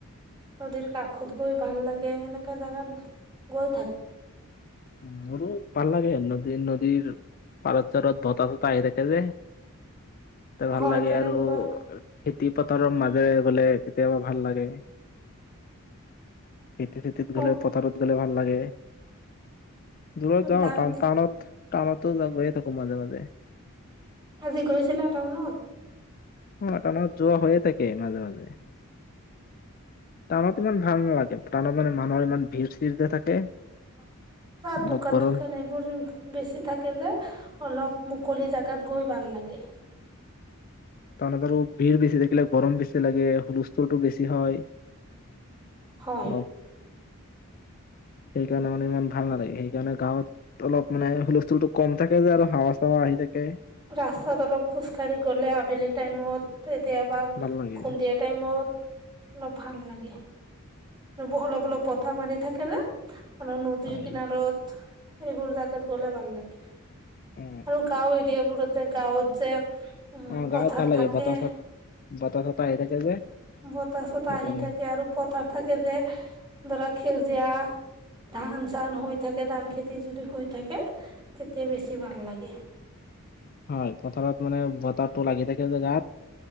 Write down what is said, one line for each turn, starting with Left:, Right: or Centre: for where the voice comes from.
Right: নদীৰ কাষত গৈ ভাল লাগে এনেকা জাগাত গৈ থাকো
Left: উ মোৰো পাল লাগে নদীৰ নদীৰ পাৰত চাৰত বতাহ চতা আহি থাকে যে ভাল
Right: হয়
Left: লাগে
Right: তেনেকুৱা
Left: আৰু খেতি পথাৰৰ মাজেৰে গ'লে কেতিয়াবা ভাল লাগে। খেতি চেতিত
Right: অ
Left: গ'লে পথাৰত গ'লে ভাল লাগে। দূৰত যাওঁ
Right: দান
Left: টা টাউনত টাউনত তো য গৈয়ে থাকো মাজে মাজে
Right: আজি গৈছিলা টাউনত
Left: অ টাউনত যোৱা হৈয়ে থাকে মাজে মাজে টানত ইমান ভাল নালাগে টানত মানে মানুহৰ ইমান ভিৰ চিৰ যে থাকে
Right: <inaudible> ত
Left: অলপ
Right: দোকান
Left: গৰম
Right: চোকান এইবোৰ বেছি থাকে যে অলপ মুকলি জাগাত গৈ ভাল লাগে <inaudible>
Left: টাউনত আৰু ভিৰ বেছি থাকিলে গৰম বেছি লাগে হুলস্থুলটো বেছি হয়
Right: হয়।
Left: অলপ সেইকাৰণে মানে ইমান ভাল নালাগে সেইকাৰণে গাঁৱত অলপ মানে হুলস্থুলতো কম থাকে যে আৰু হাৱা চাৱা আহি থাকে
Right: ৰাস্তাত অলপ খোজকাঢ়ি গলে আবেলি টাইমত তেতিয়াবা
Left: ভাল লাগে
Right: সন্ধিয়া টাইমত <inaudible> ভাল লাগে ৰ অলপ অলপ বতাহ মাৰি থাকে যে আৰু নদীৰ
Left: হয়
Right: কিনাৰত এইবোৰ জাগাত গ'লে ভাল লাগে
Left: উম
Right: আৰু গাঁও <inaudible> দিয়বোৰত যে গাঁৱত যে <inaudible>
Left: অ গাঁৱত
Right: পথাৰ
Left: ভাল লাগে
Right: থাকে
Left: বতাহ <inaudible> বতাহ চতাহ আহি থাকে যে।
Right: বতাহ চতাহ
Left: সেইকাৰণে
Right: আহি থাকে আৰু পথাৰ থাকে যে ধৰা সেউজীয়া ধান চান হৈ থাকে ধান খেতি যদি হৈ থাকে তেতিয়া বেছি ভাল লাগে
Left: হয় পথাৰত মানে বতাহটো লাগি থাকে যে গাত